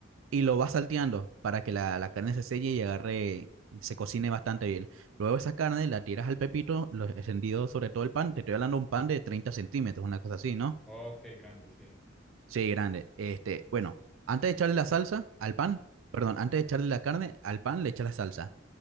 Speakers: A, on the right; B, in the centre.
A: y lo vas salteando para que la, la carne se selle y agarre, se cocine bastante bien. Luego esa carne la tiras al pepito, lo extendido sobre todo el pan, te estoy hablando de un pan de 30 centímetros, una cosa así, ¿no?
B: Ok, grande, sí.
A: Sí, grande. Este, bueno, antes de echarle la salsa al pan, perdón, antes de echarle la carne al pan, le echas la salsa.